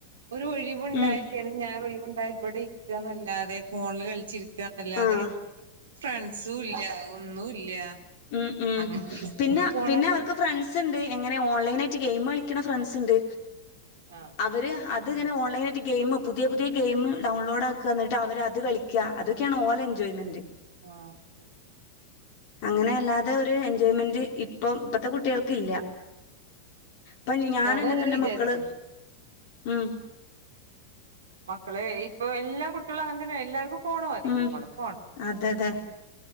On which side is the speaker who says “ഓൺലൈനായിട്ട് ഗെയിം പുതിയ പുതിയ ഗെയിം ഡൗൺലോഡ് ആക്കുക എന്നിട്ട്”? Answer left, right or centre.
Left